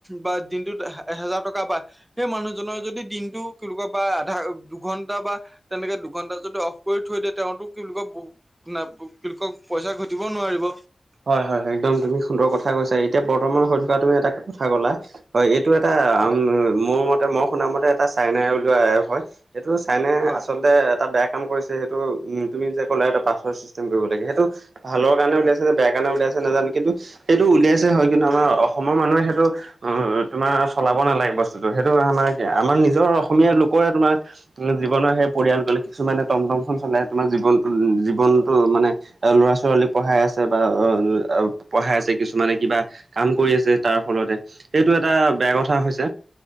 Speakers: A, on the right (about 20°); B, on the right (about 75°).
A: বা দিনটোত এহেজাৰ টকা পায় সেই মানুহজনৰ যদি দিনটো কেনেকুৱা বা আধা দুঘণ্টা বা তেনেকে দুঘন্টা যদি অফ কৰি থৈ দিয়ে তেওঁতো তেওঁলোকৰ ব কোকৰ পইচা ঘ দিব নোৱাৰিব।
B: হয় হয় হয় একদম তুমি সুন্দৰ কথা কৈছা। এতিয়া বৰ্তমান হৈ থকা তুমি এটা কথা ক'লা হয় এইটো এটা
A: হয়
B: আ, মোৰ মতে মই শুনা মতে এটা চাইনাই উলিওৱা এপ হয়। এইটো চাইনাই
A: হয়
B: আচলতে এটা বেয়া কাম কৰিছে সেইটো, উম। তুমি যে কলা হেইটো পাছপৰ্ট
A: হয়
B: চিষ্টেম কৰিব লাগে সেইটো ভালৰ কাৰণে
A: হয়
B: ওলাইছে নে বেয়া কাৰণে উলিয়াইছে নাজানো কিন্তু হেইটো উলিয়াইছে হয় কিন্তু আমাৰ অ অসমৰ মানুহে সেইটো উ, তোমাৰ চলাব নালাগে বস্তুটো, সেইটো আমাৰ আমাৰ নিজৰ অসমীয়া লোকৰে তোমাৰ মানে জীৱনৰ সেই পৰিয়াল গ'লে কিছুমানে টমটমখন চলাই তোমাৰ জীৱনটো জীৱনটো
A: হয়
B: মানে ল'ৰা ছোৱালী পঢ়াই আছে বা অ' পঢ়াই আছে কিছুমানে কিবা কাম কৰি আছে তাৰ ফলতে। সেইটো এটা বেয়া কথা হৈছে।